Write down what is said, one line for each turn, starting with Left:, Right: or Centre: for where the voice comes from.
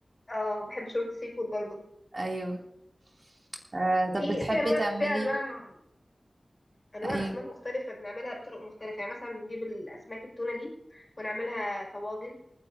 Left: اه بحب شوربه سي فود برضو
Right: ايوه آه
Left: في
Right: طب بتحبي
Left: في انواع
Right: تعملي
Left: في انواع انواع
Right: ايوه
Left: اسماك مختلفه بنعملها بطرق مختلفه يعني مثلا بنجيب الاسماك التونه دي ونعملها طواجن